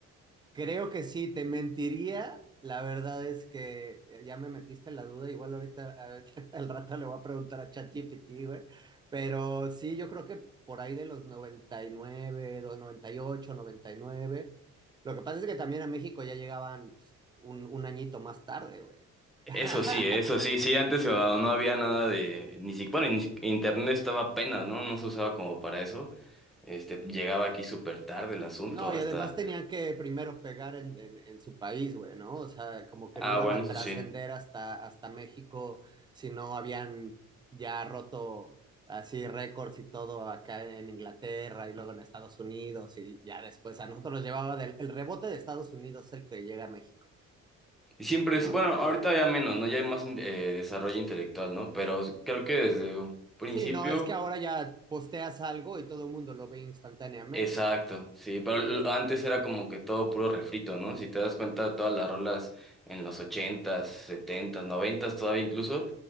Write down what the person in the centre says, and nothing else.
Eso sí, eso sí, sí, antes uh, no había nada de, ni siquiera, bueno, ni si- internet estaba apenas, ¿no? No se usaba como para eso. Este, llegaba aquí súper tarde el asunto,
hasta,
ah,
bueno,
eso
sí.
Y siempre,
es- bueno, ahorita ya menos, ¿no? Ya hay más in- eh, desarrollo intelectual, ¿no? Pero creo que desde un principio,
Exacto, sí, pero l- antes era como que todo puro refrito, ¿no? Si te das cuenta, todas las rolas en los ochentas, setentas, noventas, todavía incluso,